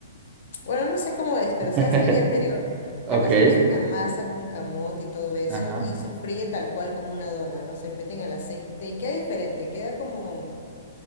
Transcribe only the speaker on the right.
<laughs>
Ok,
ajá,